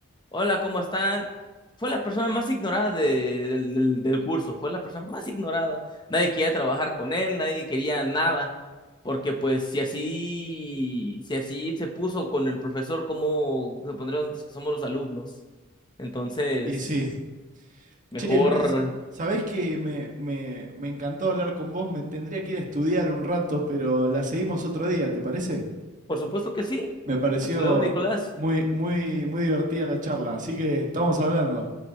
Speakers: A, on the left (about 20°); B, on the right (about 40°).
A: Hola, ¿cómo están? Fue la persona más ignorada de- del, del- del curso, fue la persona más ignorada. Nadie quería trabajar con él, nadie quería nada, porque pues si así, si así se puso con el profesor, ¿cómo se pondrían nosotros que somos los alumnos? Entonces,
B: Y sí,
A: mejor,
B: Che, Luis, sabés que me, me, me encantó hablar con vos, me tendría que ir a estudiar un rato, pero la seguimos otro día, ¿te parece?
A: por supuesto que sí.
B: Me pareció
A: Hasta luego, Nicolás.
B: muy, muy, muy divertida la charla, así que estamos hablando.